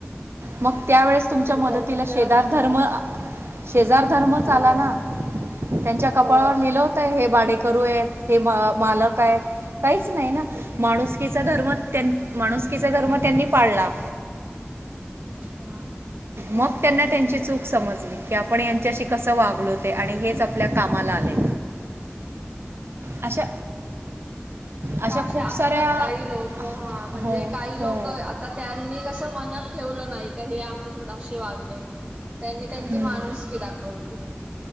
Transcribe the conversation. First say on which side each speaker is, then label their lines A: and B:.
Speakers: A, on the right; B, on the right.
A: मग त्यावेळेस
B: म्हणजे
A: तुमच्या मदतीला
B: त्यांच्या
A: शेजार
B: मुले
A: धर्म शेजार धर्मच आला
B: आले
A: ना, त्यांच्या कपाळावर
B: हो
A: लिहिलं हो त हे भाडेकरू आहेत हे मालक आहेत. काहीच नाही ना माणुसकीचा धर्म त्यांन माणुसकीचा धर्म त्यांनी पाळला,
B: हा
A: मग त्यांना त्यांची चूक समजली की आपण यांच्याशी कसं वागलो ते आणि हेच आपल्या कामाला आले. अशा. अशा
B: ते अशे
A: खूप
B: असतात
A: साऱ्या
B: काही लोकं हा म्हणजे
A: हो,
B: काही
A: हो.
B: लोकं तर त्यांनी कसं मनात ठेवलं नाही का हे आमच्यासोबत अशे वागले. त्यांनी त्यांचे
A: हं.
B: माणुसकी दाखवली.